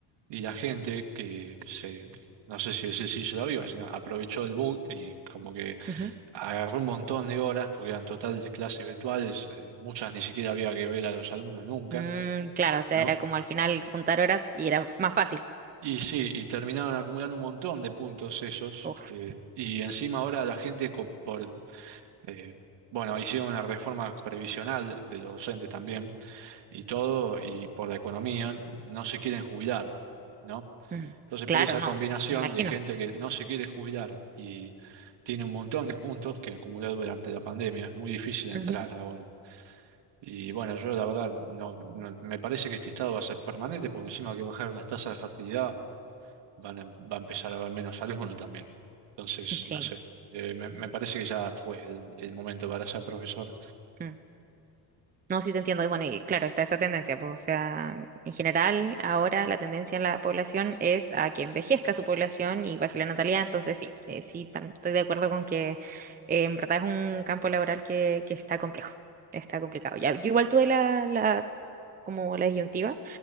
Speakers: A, on the right; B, on the right.
A: Y la gente que se, no sé si ese sí hizo la viva, sino aprovechó el bug y como que
B: mm, ujú.
A: agarró un montón de horas, porque eran total de clases virtuales, eh, muchas ni siquiera había que ver a los alumnos nunca,
B: Mm, claro, o sea,
A: ¿no?
B: era como al final juntar horas y era más fácil.
A: Y sí, y terminaron acumulando un montón de puntos esos,
B: Uf,
A: eh, y encima ahora la gente, co- por, eh, bueno, hicieron una reforma previsional de los docentes también, y todo, y por la economía, no se quieren jubilar. ¿no?
B: mm,
A: Entonces,
B: claro,
A: por esa
B: no,
A: combinación
B: me imagino.
A: de gente que no se quiere jubilar y tiene un montón de puntos que acumuló durante la pandemia, es muy difícil entrar
B: Ujú,
A: ahora. Y bueno, yo la verdad, no, no- me parece que este estado va a ser permanente, porque encima que bajaron las tasas de fertilidad, van a- va a empezar a haber menos alumnos también. Entonces,
B: Sí.
A: no sé, eh, me, me parece que ya fue el, el momento para ser profesor.
B: mm. No, sí te entiendo. Y bueno, y claro, está esa tendencia, pues, o sea, en general, ahora la tendencia en la población es a que envejezca su población y baje la natalidad. Entonces, sí, eh, sí, tam- estoy de acuerdo con que eh, en verdad es un campo laboral que, que está complejo, está complicado. Ya, yo igual tuve la, la, como la disyuntiva